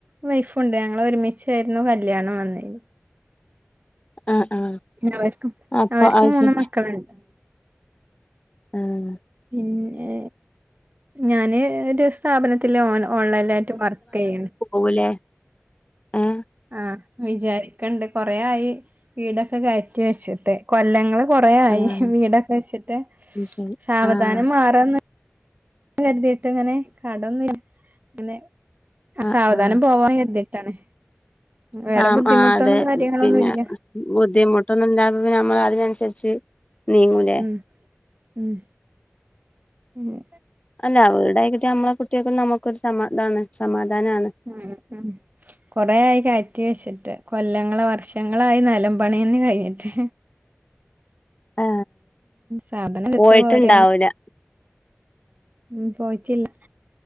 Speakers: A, on the right; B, on the left.
A: വൈഫുണ്ട് ഞങ്ങള് ഒരുമിച്ചായിരുന്നു കല്യാണം വന്നേന്.
B: ആഹ് ആഹ്
A: ന്നെഅവർക്കും
B: അപ്പൊ
A: അവർക്കും
B: അത്
A: മൂന്ന്
B: ശരി
A: മക്കളുണ്ട്
B: ഉം
A: പിന്നെ ഞാന് ഒരു സ് സ്ഥാപനത്തില് ഓണ് ഓൺലൈനി ലായിട്ട് വർക്കയ്യണ്ട്
B: ഉവ്വ്ലേ ഏഹ്
A: ആഹ് വിചാരിക്കണ്ട് കൊറെ ആയി വീടൊക്കെ കയറ്റി വെച്ചിട്ട് കൊല്ലങ്ങള് കൊറേ ആയി
B: ആഹ്
A: വീടൊക്കെ വെച്ചിട്ട്
B: അത് ശരി
A: സാവാധാനം
B: ആഹ്
A: മാറാന്ന് കരുതീട്ട് ഇങ്ങനെ കടൊന്നും ഇങ്ങനെ
B: ആഹ്
A: സാവധാനം
B: ആഹ്
A: പോവാൻ കരുതി ട്ടാണ് വേറെ
B: ആഹ്
A: ബുദ്ധിമുട്ടൊന്നും
B: ആഹ് അതെ
A: കാര്യങ്ങളൊന്നു
B: പിന്നെ
A: ഇല്ല
B: ബുദ്ധിമുട്ടൊന്നും ഇണ്ടാവാതെ നമ്മള് അതിനനുസരിച്ച് നീങ്ങൂലേ
A: ഉം ഉം ഉ
B: അല്ല അവരുടെ ആയിക്കിട്ടിയ നമ്മളെ കുട്ടികൾക്കും നമുക്കൊരു സമാധാണ് സമാധാനമാണ്
A: ഉം ഉം കൊറെ ആയി കായറ്റി വെച്ചിട്ട് കൊല്ലങ്ങള വർഷങ്ങളായി നെലം പണിന്നെ കഴിഞ്ഞിട്ട്
B: ആ
A: സാധനം എടുത്ത്
B: പോയിട്ടുണ്ടാവൂല
A: പോരാണ് ഉ പോയിട്ടില്ല